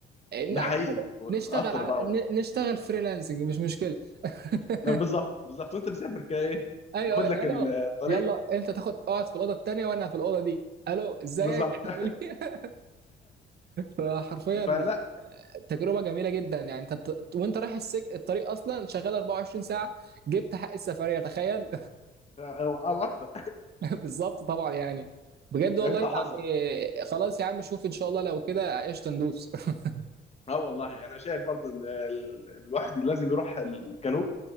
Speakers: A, on the right (about 55°); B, on the left (about 30°).
A: إن
B: ده
A: اول
B: حقيقي
A: حاجه
B: القطر
A: نشتغل على
B: بقى
A: ن-
B: و...
A: نشتغل فريلانسنج مش مشكله <laughs>
B: بالظبط بالظبط وانت مسافر كده ايه
A: ايوه
B: خد
A: أيوة،
B: لك
A: الو
B: الطريق
A: يلا انت تاخد اقعد في الاوضه التانيه وانا في الاوضه دي الو ازيك
B: بالظبط
A: <laughs> عامل ايه فحرفيا
B: <laughs> فلا
A: تجربه جميله جدا يعني انت بت... وانت رايح السك... الطريق اصلا شغال 24 ساعه جبت حق السفريه تخيل
B: او أو اكتر
A: <laughs> بالظبط طبعا يعني بجد
B: يعني
A: والله
B: انت حظك
A: يعني خلاص يا عم شوف ان شاء الله لو كده قشطه ندوس <laughs>
B: اه والله انا شايف برضو ان ال- الواحد لازم يروح الجنوب